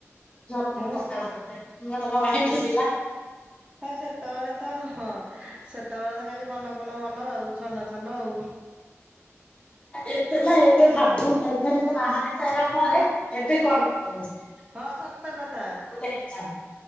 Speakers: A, on the left; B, on the right.
A: ଜର ଫ
B: ମୁଁ
A: ପସେ ମୁଁ ତମ ମଦଥିଲା।
B: ଖ ସେତେବେଳେ ତ ହଁ ସେତେବେଳେ ତ ଖାଲି କନ କନ ଭଲ ଆଉ ଛନ ଛନ ଆଉ
A: ଏବେ ନା ଏବେ ଭାବନ୍ତ ଏ ବାହାଶାଇଲା ପରେ ଏତେ କଣାଉଛି
B: ହଁ ସତ କଥା
A: ହେଇଥାନ୍ତା।